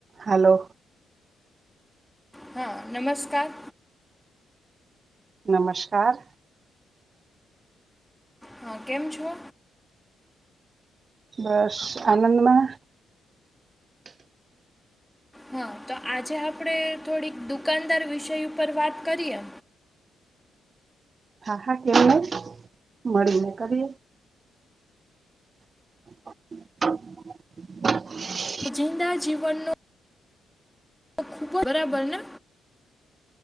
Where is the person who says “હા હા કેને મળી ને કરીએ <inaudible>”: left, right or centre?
Right